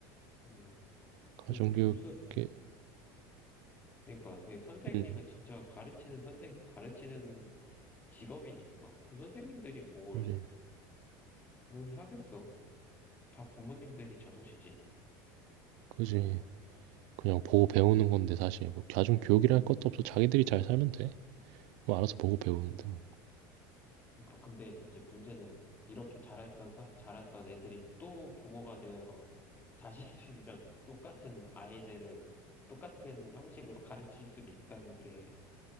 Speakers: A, on the left; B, on the right.
A: 음,
B: 가정교육에,
A: 그 교수, 그러니까 그 선생님은
B: 음,
A: 진짜 가르치는 선생, 가르치는 직업이니까 그 선생님들이 뭘,
B: 그지.
A: 뭘 하겠어. 다 부모님들이 잘못이지.
B: 그지. 그냥 보고 배우는 건데 사실 뭐 가정교육이라 할 것도 없어. 자기들이 잘 살면 돼. 뭐 알아서 보고 배우는데 뭐.
A: 그러니까 근데 이제 문제는 이렇게 자랐던 사, 자랐던 애들이 또 부모가 되어서 자신들이랑 똑같은 아이들을 똑같은 형식으로 가르칠 수도 있다는 게